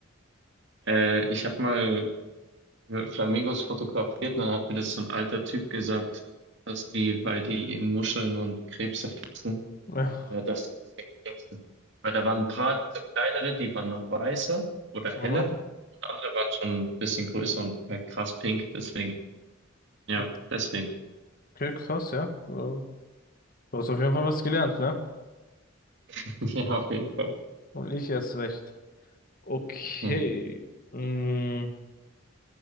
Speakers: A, on the right (about 60°); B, on the left (about 45°).
A: Äh, ich habe mal äh, Flamingos fotografiert und dann hat mir das so ein alter Typ gesagt, dass die, weil die Muscheln und Krebse fressen,
B: Ja.
A: äh, dass die deswegen pink sind. Weil da waren ein paar so kleinere, die waren noch weißer oder heller
B: Mhm.
A: und andere waren schon ein bisschen größer und halt krass pink. Deswegen, ja,
B: Ja,
A: deswegen.
B: okay, krass, ja. Äh, Du hast auf jeden Fall was gelernt, ne?
A: <laughs> Ja, auf jeden Fall.
B: Und ich erst recht. Okay.
A: Mhm.
B: Mm.